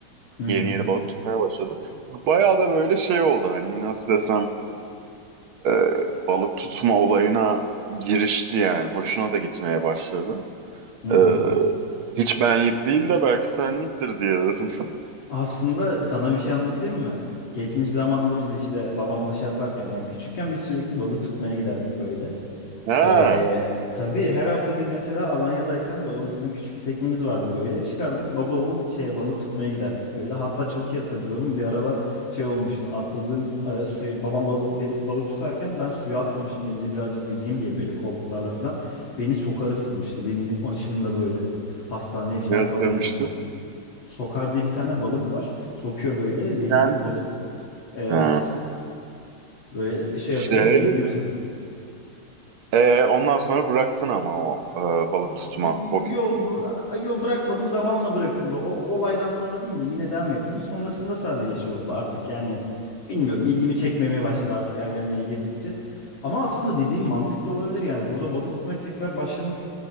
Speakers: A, on the left; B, on the right.
A: Hı
B: Yeni
A: hı.
B: yeni balık tutmaya başladı. Bayağı da böyle şey oldu hani nasıl desem e, balık tutma olayına girişti yani. Hoşuna da gitmeye başladı.
A: Hı
B: E,
A: hı.
B: hiç benlik değil de belki senliktir diye dedim. <laughs>
A: Aslında sana bir şey anlatayım mı? Geçmiş zamanda biz işte babamla şey yaparken ben küçükken biz sürekli balık tutmaya giderdik böyle.
B: Ha,
A: Ee, tabii her hafta biz mesela Alanya'dayken babam bizim küçük bir teknemiz vardı böyle. Çıkardık baba oğul şeye balık tutmaya giderdik böyle. Hatta çok iyi hatırlıyorum bir aralar şey olmuştu. Atladığım e, suyu babam bal- deli- balık tutarken ben suya atlamışım denize birazcık yüzeyim diye böyle kolluklarla falan. Beni sokar ısırmıştı denizin açığında böyle. Hastaneye falan
B: ne istemiştim?
A: kaldırılmıştı. Sokar diye bir tane balık var. Sokuyor böyle zehirli
B: Sen
A: bir
B: mi?
A: balık. Evet
B: Ha.
A: böyle şey
B: Şey,
A: yapıyor zehirliyor seni.
B: e, ondan sonra bıraktın ama o e, balık
A: Yo,
B: tutma hobisini.
A: bıra- yo bırakmadım zamanla bırakıldı. O o olaydan sonra değil de yine devam ettim. Sonrasında sadece şey oldu artık yani bilmiyorum ilgimi çekmemeye başladı artık ergenliğe girdikçe. Ama aslında dediğim mantıklı olabilir yani burada balık tutmaya tekrar başlamak